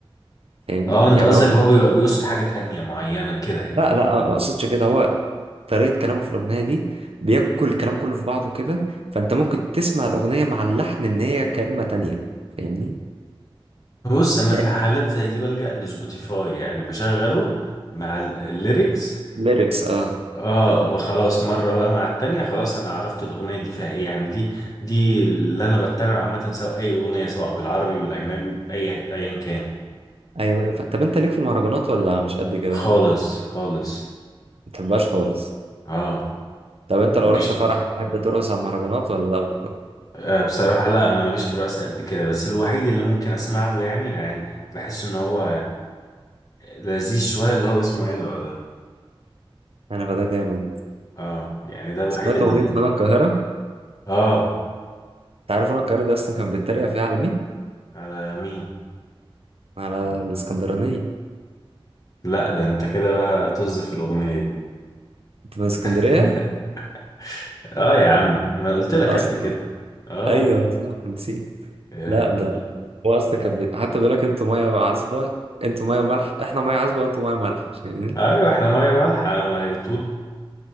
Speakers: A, on the right (about 90°); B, on the left (about 40°).
A: فاهم
B: اه انت
A: يعني
B: قصدك
A: هو
B: هو بيبقى بيقصد حاجة تانية معينة كده يعني
A: لا لا ما اقصدش كده هو طريقة كلامه في الأغنية دي بياكل الكلام كله في بعضه كده فأنت ممكن تسمع الأغنية مع اللحن إن هي كلمة تانية فاهمني؟
B: بص انا
A: يعني
B: في الحالات زي دي بلجأ لسبوتيفاي يعني بشغله مع ال- الليركس
A: ليركس اه
B: اه بقى خلاص مره بقى مع التانية خلاص انا عرفت الاغنيه دي فيها ايه يعني دي دي اللي انا بتابع عامه سواء اي اغنيه سواء بالعربي بالاجنبي باي ايا كان
A: أيوه أيوه ف- طب أنت ليك في المهرجانات ولا مش قد كده؟
B: خالص
A: ما
B: خالص
A: بتحبهاش خالص
B: اه
A: طب أنت
B: ما بتجيش
A: لو رحت فرح تحب ترقص على المهرجانات ولا لا برضه؟
B: آه بصراحه لا انا ماليش في الرقص قد كده بس الوحيد اللي ممكن اسمع له يعني يعني بحس ان هو لذيذ شويه اللي هو اسمه عنبه ده
A: أنا بقى ده جامد
B: اه يعني ده الوحيد
A: سمعت
B: اللي
A: أغنية هنا القاهرة؟ أنت
B: اه
A: عارف هنا القاهرة دي أصلا كان بيتريق فيها على مين؟
B: على مين
A: على الإسكندرانية
B: لا ده انت كده بقى طز في الاغنيه دي
A: أنت من اسكندرية؟
B: <laughs> اه يا عم ما أنا قلت لك
A: أصلا
B: قبل كده اه
A: أيوه صح نسيت
B: إيه.
A: لا ده هو اصلا كان بيت... حتى بيقول لك انتوا ميه عذبه انتوا ميه مالحه احنا ميه عذبه وانتوا ميه مالحه فاهمني
B: ايوه احنا ميه مالحه ميه طول